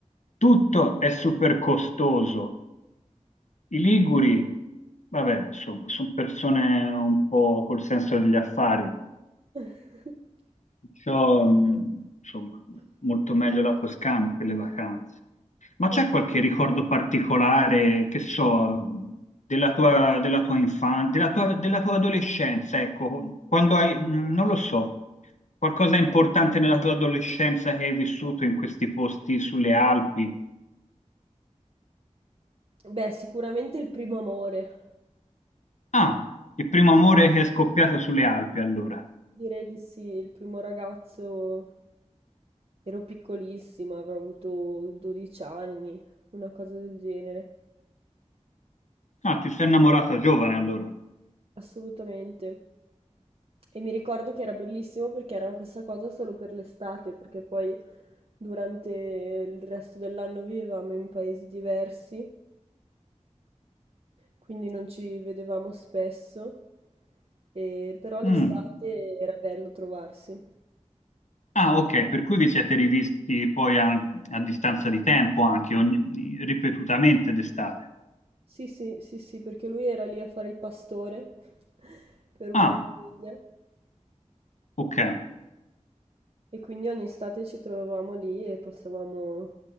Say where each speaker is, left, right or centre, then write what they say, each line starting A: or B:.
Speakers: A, on the left; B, on the right.
A: tutto è super costoso. I liguri, vabbè, insomma, sono persone un po' col senso degli affari,
B: <laughs>
A: perciò, mh, insomma, molto meglio la Toscana per le vacanze. Ma c'è
B: Eh,
A: qualche ricordo particolare, che so, della tua, della tua infanzia, della tua, della tua adolescenza, ecco, quando hai, mh, non lo so. Qualcosa importante nella tua adolescenza che hai vissuto in questi posti sulle Alpi?
B: Beh, sicuramente il primo amore.
A: Ah, il primo amore che è scoppiato sulle Alpi allora.
B: Direi di sì, il primo ragazzo ero piccolissima, avrò avuto 12 anni, una cosa del genere.
A: Ah, ti sei innamorata giovane allora.
B: Assolutamente. E mi ricordo che era bellissimo perché era questa cosa solo per l'estate, perché poi durante il resto dell'anno vivevamo in paesi diversi, quindi non ci vedevamo spesso, e- però l'estate
A: Mm.
B: era bello trovarsi.
A: Ah, ok, per cui vi siete rivisti poi a, a distanza di tempo anche, ogni- ripetutamente d'estate.
B: Sì, sì, sì, sì, perché lui era lì a fare il pastore <laughs> per una
A: Ah,
B: famiglia
A: ok.
B: e quindi ogni estate ci trovavamo lì e passavamo